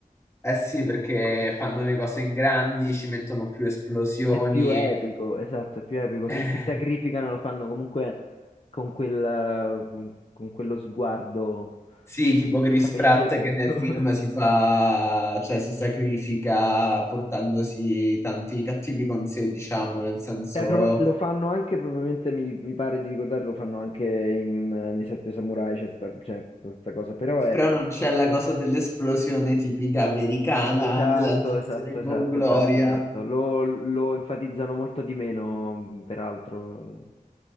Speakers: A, on the left (about 20°); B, on the left (about 40°).
A: Eh sì, perché fanno le cose in grandi, ci mettono più esplosioni.
B: È più epico,
A: <laughs>
B: esatto, è più epico. Se
A: Eh,
B: si sacrificano lo fanno comunque con quel, eh, con con quello sguardo.
A: Sì, tipo Chris
B: a pesce
A: Pratt
B: lento.
A: che nel film
B: <laughs>
A: si fa, cioè si sacrifica portandosi tanti cattivi con sé, diciamo, nel senso,
B: Eh, proba- lo fanno anche, probabilmente mi, mi pare di ricordare, lo fanno anche in, eh, nei Sette Samurai, c'è sta, c'è questa cosa, però è...
A: però non c'è la cosa dell'esplosione tipica americana,
B: Esatto,
A: dell'andarsene
B: esatto, esatto,
A: con gloria.
B: esatto, esatto. Lo, lo enfatizzano molto di meno, mh, peraltro, eh,